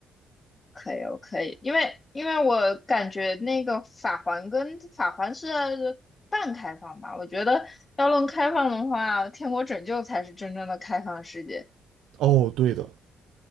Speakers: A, on the left; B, on the right.
A: 可以，我可以，因为因为我感觉那个法环跟法环是半开放吧，我觉得要论开放的话，天国拯救才是真正的开放世界。
B: 哦，对的，